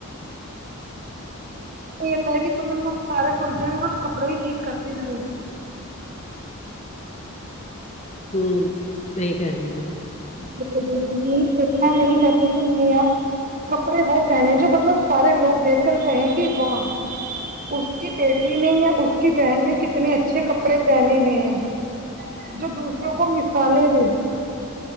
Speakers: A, on the right; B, on the left.
A: تو یعے تے ہے کی مطلب ہم سار فنکشن میں س کپڑے ہی ٹھیک کرتے رہے ہیں
B: ہو صحیح کہ رہی ہے
A: بالکل بالکل نہیں اتنا نہیں پ تو میں کپڑے وہ پہنے جو مطلب سارے لوگ دیکھ کر کہیں کہ واہ اس کی بیٹی نے یا اس کی بہن نے کتنے اچھے کپڑے پہنے ہوئے ہیں جو دوسروں کو مثالے دے